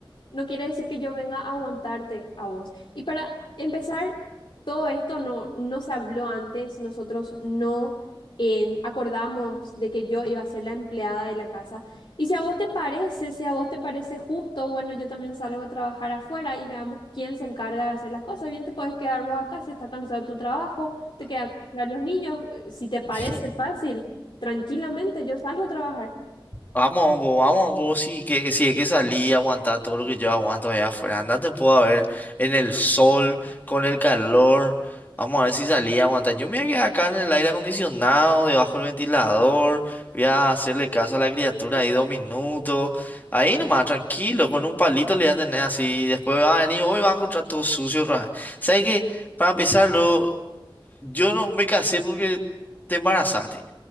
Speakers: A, on the left; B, on the left.
A: no quiere decir que yo venga a aguantarte a vos. Y para empezar, todo esto no, no se habló antes, nosotros no eh, acordamos de que yo iba a ser la empleada de la casa. Y si a vos te parece, si a vos te parece justo, bueno, yo también salgo a trabajar afuera y veamos quién se encarga de hacer las cosas. Bien, te puedes quedar vos acá si estás cansado de tu trabajo, te quedas a cuidar los niños. eh, Si te parece
B: <laughs> Ah.
A: fácil, tranquilamente yo salgo a trabajar.
B: Vamos, vos, vamos, vos, si, que, si es que salí y aguantar todo lo que yo aguanto allá afuera. Andate, puedo a ver en el sol, con el calor. Vamos a ver si salí a aguantar. Yo me voy a quedar acá en el aire acondicionado, debajo del ventilador. Voy a hacerle caso a la criatura ahí dos minutos. Ahí nomás, tranquilo, con un palito le voy a tener así. Después va a venir, hoy va a encontrar todo sucio otra vez. ¿Sabes qué? Para empezarlo, yo no me casé porque te embarazaste.